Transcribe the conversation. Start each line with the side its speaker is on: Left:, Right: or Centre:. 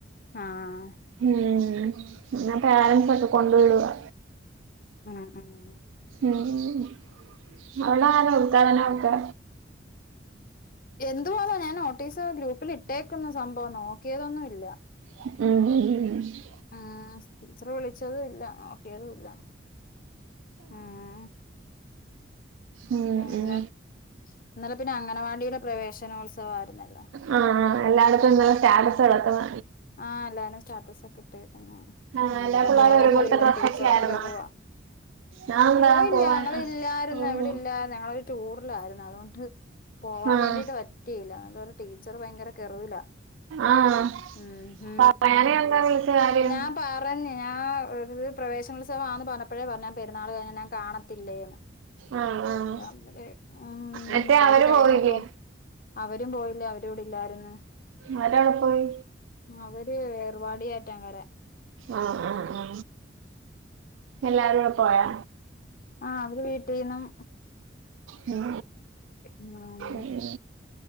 Left: ആഹ്
Right: ഉം ഇന്ന് പേരൻ്റ്സ് ഒക്കെ കൊണ്ട് വിടുവാ
Left: മ്മ് മ്മ്
Right: മ്മ് മ്മ് അവിടാരാ ഉദ്ഘാടനോക്കെ
Left: എന്തുവാ ഞാൻ നോട്ടീസ് ഗ്രൂപ്പിൽ ഇട്ടേക്കുന്നു സംഭവം നോക്കിയതൊന്നുല്ല
Right: <unintelligible>
Left: ആ ടീച്ചറ് വിളിച്ചതും ഇല്ല ഏതുല്ലാ ഉം
Right: ഉം
Left: പിന്നെ
Right: ഉം
Left: ഇന്നലെ പിന്നെ അംഗനവാടിടെ പ്രവേശനോത്സ ത്സവയിരുന്നല്ലോ
Right: ആ എല്ലാരതും ഇന്നലെ സ്റ്റാറ്റസ് കടക്കുന്ന
Left: ആഹ് എല്ലാരും സ്റ്റാറ്റസ് ഒക്കെട്ട് ആ
Right: ആഹ് എല്ലാ
Left: വിടെ
Right: പിള്ളേരും
Left: പോയതും
Right: ഒരുപോലത്തെ
Left: ഇല്ല
Right: ഡ്രസ്സൊക്കെ
Left: ടീച്ചറിന്
Right: ആയിരുന്നോ
Left: കൊർവ
Right: ഞാൻ
Left: പോയില്ല
Right: ദാ പോവാൻ
Left: ഞങ്ങള് ഇല്ലായിരുന്നു
Right: ഓഹ്
Left: ഇവിടെല്ലായിര്ന്ന് ഞങ്ങളൊരു ടു പ്രിലായിരുന്നു അതോണ്ട് പോവാൻ
Right: ആഹ്
Left: വേണ്ടിട്ട് പറ്റിയില്ല അടെരു ടീച്ചർ ഭയങ്കര കെറുവില
Right: ആഹ്
Left: മ് ഹ്
Right: പറയാനെ എന്താ വിളിച്ച കാര്യം
Left: ഞാൻ പറഞ്ഞ് ഞാ ഒരുത് പ്രവേശനോത്സവമാന്ന് പറഞ്ഞപ്പോഴേ പറഞ്ഞ് ഞാ പെരുന്നാൾ കഴിഞ്ഞാ ഞാ കാണത്തില്ലേന്ന്
Right: ആഹ്
Left: <unintelligible>
Right: ആഹ് മറ്റേ അവര്
Left: അത് കഴിഞ്ഞു
Right: പോയില്ലേ
Left: പോ അവരും പോയില്ല അവരൂവിടെ ഇല്ലായിരുന്ന്
Right: മല എവിടെ പോയി
Left: അവര് ഏർവാടിയേറ്റാകര
Right: ആ ആ ആ എല്ലാരും ടെ പോയാ
Left: ആ അവര് വീട്ടിന്നും
Right: മ്
Left: ഉം
Right: മ്